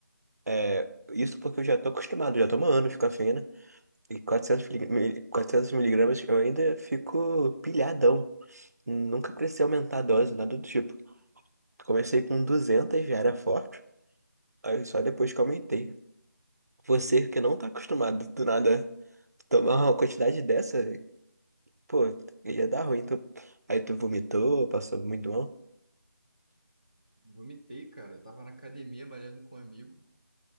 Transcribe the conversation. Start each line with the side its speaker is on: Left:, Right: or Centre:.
Right: É, isso porque eu já tô acostumado, já tomo anos de cafeína. E quatrocentos mili- mili- 400 miligramas eu ainda fico pilhadão. Nunca precisei aumentar a dose, nada do tipo. Comecei com 200 já era forte. Aí só depois que aumentei. Você que não tá acostumado do nada tomar uma quantidade dessa, pô, ia dar ruim. Tu... Aí tu vomitou, passou muito mal.
Left: Vomitei, cara. Eu tava na academia malhando com um amigo.